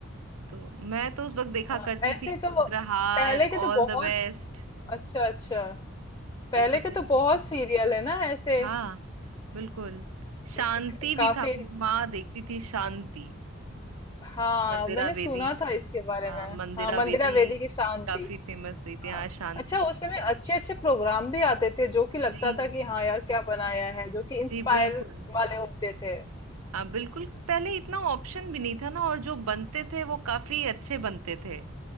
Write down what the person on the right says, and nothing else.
तो मैं तो उस वक्त देखा
करती
थी
प्रहार
ऑल
द बेस्ट
ये सब
देखा
करती
थी
हाँ बिल्कुल शांति
भी
था माँ देखती थी शांति
मंदिरा
बेदी
आ,
मंदिरा
बेदी
काफी फेमस हुई थी
हाँ शांति
जी
जी बिल्कुल
हाँ बिल्कुल पहले इतना ऑप्शन भी नहीं था ना और जो बनते थे वो काफी अच्छे बनते थे